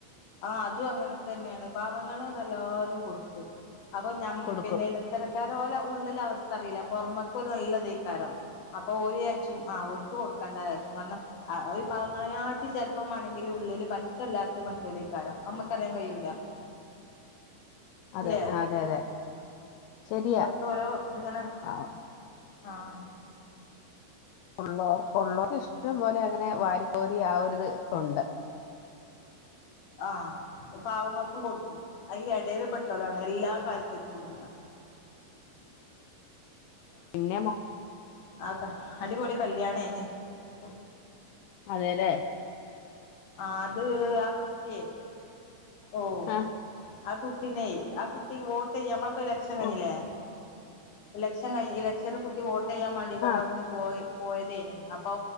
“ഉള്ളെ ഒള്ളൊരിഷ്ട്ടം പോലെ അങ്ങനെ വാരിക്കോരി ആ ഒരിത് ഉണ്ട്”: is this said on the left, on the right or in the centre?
Left